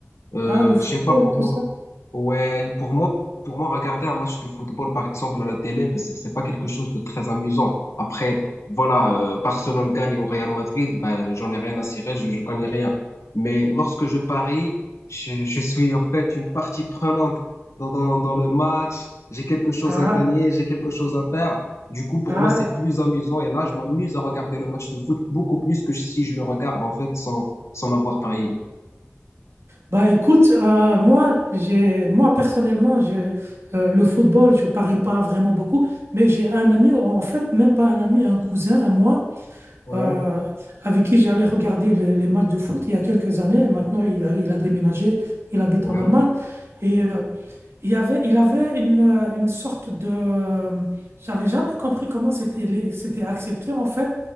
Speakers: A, on the left (about 80°); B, on the right (about 65°).
A: Euh,
B: Ah, le football
A: je sais pas, pour
B: et tout
A: moi,
B: ça.
A: ouais, pour moi, pour moi, regarder un match de football, par exemple, à la télé, ben, c'est c'est pas quelque chose de très amusant. Après, voilà, euh, Barcelone gagne au Real Madrid, ben, j'en ai rien à cirer, je, je connais rien. Mais lorsque je parie, je, je suis en fait une partie prenante dans, dans, dans le match. J'ai quelque chose
B: Ah,
A: à gagner, j'ai quelque chose à perdre. Du coup, pour
B: ah.
A: moi, c'est plus amusant. Et là, je m'amuse à regarder le match de foot beaucoup plus que si je le regarde, en fait, sans, sans l'avoir parié.
B: Bah écoute, euh, moi, j'ai, moi personnellement, je, euh, le football, je parie pas vraiment beaucoup, mais j'ai un ami, en fait, même pas un ami, un cousin à moi,
A: Ouais,
B: euh, avec qui j'allais regarder le- les matchs de foot il y a quelques années. Maintenant, il a, il a déménagé, il habite
A: ouais,
B: en Allemagne. Et euh, il y avait, il avait une, euh, une sorte de... J'avais jamais compris comment c'était les- c'était accepté, en fait.